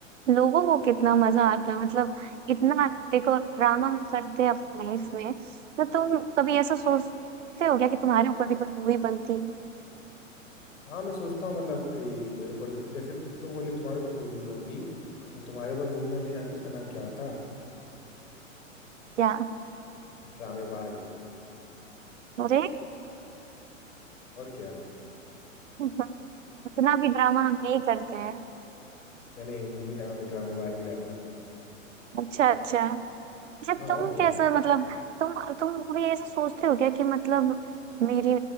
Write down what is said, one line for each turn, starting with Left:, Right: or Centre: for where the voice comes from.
Right: लोगों को कितना मजा आता मतलब इतना देखो ड्रामा हम करते हैं अपनी लाइफ में तो तुम कभी ऐसा सोचते हो क्या कि तुम्हारे ऊपर भी कोई मूवी बनती
Left: हाँ मैं सोचता हूँ मतलब कि मेरे ऊपर भी कुछ जैसे तुम बोले तुम्हारे ऊपर कोई मूवी बनती तो तुम्हारे ऊपर मूवी बनती जानते हो उसका नाम क्या होता
Right: क्या
Left: ड्रामेबाज
Right: अरे
Left: और क्या
Right: <laughs> उतना भी ड्रामा हम नहीं करते हैं
Left: नहीं नहीं मूवी का नाम तो ड्रामेबाज ही रहता
Right: अच्छा अच्छा अच्छा
Left: हाँ
Right: तुम
Left: और क्या
Right: कैसा मतलब तुम तुम भी ऐसा सोचते हो क्या कि मतलब मेरी